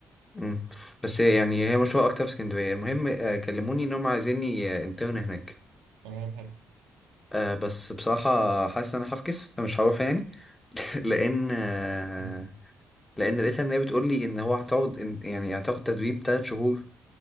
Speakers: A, on the left; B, on the right.
A: مم. بس يعني هي مشهوره اكتر في اسكندريه المهم آه كلموني ان هم عايزيني آه، انترن هناك
B: تمام حلو
A: آه بس بصراحة حاسس ان انا هفكس مش هروح يعني <laughs> لان آه
B: مم.
A: لان لقيتها ان هي بتقول لي ان هو هتقعد إن- يعني هتاخد تدريب تلات شهور